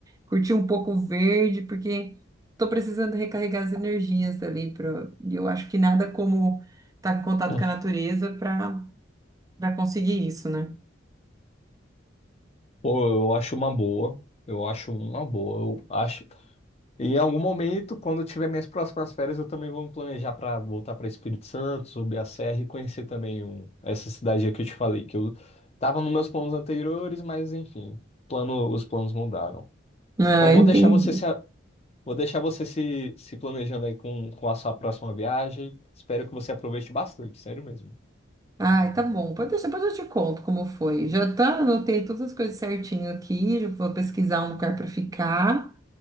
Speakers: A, on the right; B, on the left.
A: curtir um pouco o verde, porque tô precisando recarregar as energias ali. Pra... E eu acho que nada como estar em contato
B: Hum.
A: com a natureza para para conseguir isso, né?
B: Pô, eu acho uma boa. Eu acho uma boa. Eu acho. E Em algum momento, quando eu tiver minhas próximas férias, eu também vou me planejar para voltar para Espírito Santo, subir a serra e conhecer também um- essa cidade aí que eu te falei, que eu tava nos meus planos anteriores, mas enfim, plano, os planos mudaram.
A: Ah,
B: Bom, eu vou
A: entendi.
B: deixar você se, a- vou deixar você se, se planejando aí com, com a sua próxima viagem. Espero que você aproveite bastante, sério mesmo.
A: Ai, tá bom. Pode deixar, depois eu te conto como foi. Já tá, anotei todas as coisas certinho aqui. Já vou pesquisar um lugar para ficar